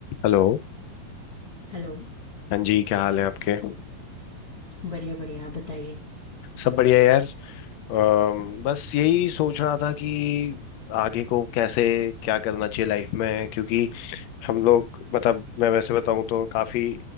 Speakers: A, on the left; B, on the left.
A: Hello
B: Hello
A: हाँ जी क्या हाल है आपके
B: बढ़िया बढ़िया आप बताइए
A: सब बढ़िया यार अम, बस यही सोच रहा था कि आगे को कैसे क्या करना चाहिए लाइफ में क्योंकि हम लोग मतलब मैं वैसे बताऊं तो काफी